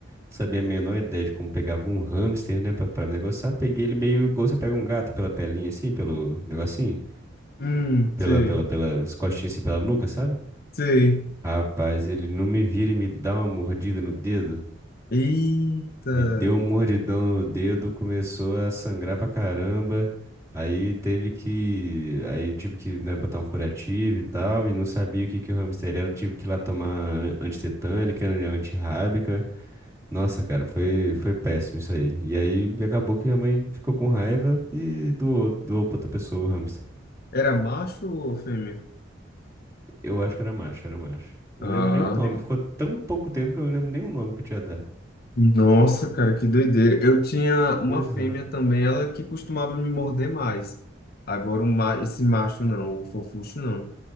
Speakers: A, on the right; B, on the left.
A: Sabia a menor ideia de como pegava um hamster, né, pra, pra negociar. Peguei ele meio igual você pega um gato pela pelinha, assim, pelo negocinho,
B: Hum,
A: pela,
B: sei,
A: pela, pelas costinhas, assim, pela nuca, sabe?
B: sei.
A: Rapaz, ele não me vira e me dá uma mordida no dedo.
B: Eita.
A: Me deu um mordidão no dedo, começou a sangrar pra caramba. Aí teve que, aí tive que, né, botar um curativo e tal, e não sabia o que que o hamster era, eu tive que ir lá tomar antitetânica, né, antirrábica. Nossa, cara, foi, foi péssimo isso aí. E aí acabou que minha mãe ficou com raiva e doou, doou pra outra pessoa o hamster.
B: Era macho ou fêmea?
A: Eu acho que era macho, era macho. Eu
B: Ah.
A: não lembro nem o nome. Ficou tão pouco tempo que eu não lembro nem o nome que eu tinha dado.
B: Nossa, cara, que doideira. Eu tinha uma
A: Pois
B: fêmea
A: é.
B: também, ela que costumava me morder mais. Agora, o ma- esse macho não, o Fofuxo não.